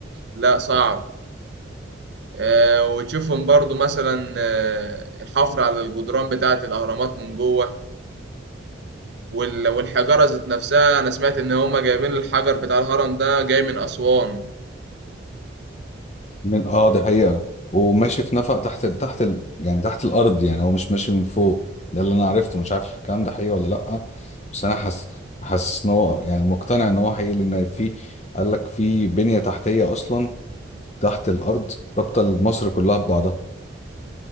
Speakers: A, on the right (about 60°); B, on the left (about 35°).
A: لا صعب آه، وتشوفهم برضو مثلا آه، الحفر على الجدران بتاعة الأهرامات من جوه وال- والحجارة ذات نفسها أنا سمعت إن هما جايبين الحجر بتاع الهرم ده جاي من أسوان
B: من اه دي حقيقة وماشي في نفق تحت ال... تحت ال... يعني تحت الارض يعني هو مش ماشي من فوق ده اللي انا عرفته مش عارف الكلام ده حقيقي ولا لا بس انا حاسس حاسس ان هو يعني مقتنع ان هو حقيقي لان في قال لك في بنية تحتية اصلا تحت الارض رابطة مصر كلها ببعضها